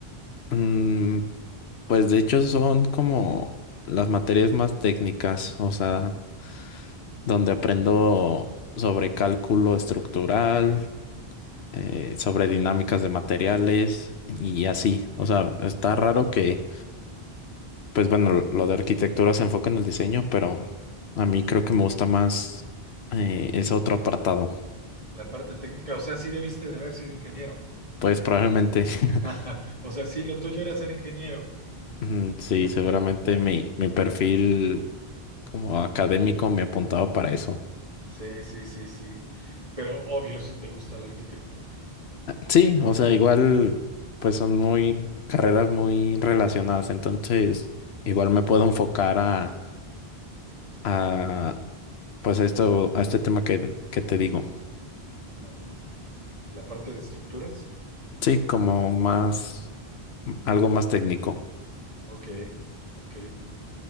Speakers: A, on the left (about 80°); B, on the right (about 35°).
A: Mm, pues de hecho son como las materias más técnicas, o sea, donde aprendo sobre cálculo estructural. eh, sobre dinámicas de materiales y así. O sea, está raro que, pues bueno, lo de arquitectura se enfoca en el diseño, pero a mí creo que me gusta más eh, ese otro apartado.
B: La parte técnica, o sea, sí debiste de haber sido ingeniero.
A: Pues probablemente, <laughs>
B: <laughs> O sea, sí, lo tuyo era ser ingeniero.
A: mm, sí,
B: <laughs>
A: seguramente mi, mi perfil como académico me apuntaba para eso.
B: Sí, sí, sí, sí. Pero obvio, sí te gusta la arquitectura.
A: Sí, o sea, igual, pues son muy carreras muy relacionadas, entonces igual me puedo enfocar a, a, pues a esto, a este tema que, que te digo.
B: Ujú. La parte de estructuras.
A: Sí, como más, algo más técnico.
B: Ok, ok.